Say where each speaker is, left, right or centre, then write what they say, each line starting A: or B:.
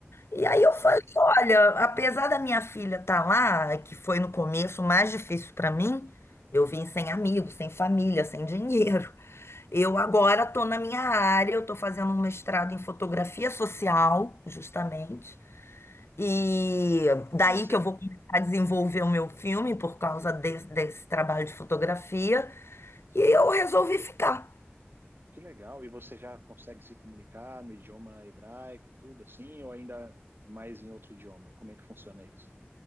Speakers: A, on the left (about 75°); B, on the right (about 55°).
A: E
B: Olha
A: aí eu
B: só.
A: falei: olha, apesar da minha filha estar lá, que foi no começo mais difícil para mim, eu vim sem amigos, sem família, sem dinheiro. Eu agora estou na minha área, eu estou fazendo um mestrado em fotografia social, justamente. E daí
B: E você,
A: que eu vou começar a desenvolver o meu filme por causa desse, desse trabalho de fotografia. E eu resolvi ficar.
B: que legal. E você já consegue se comunicar no idioma hebraico, tudo assim, ou ainda é mais em outro idioma? Como é que funciona isso?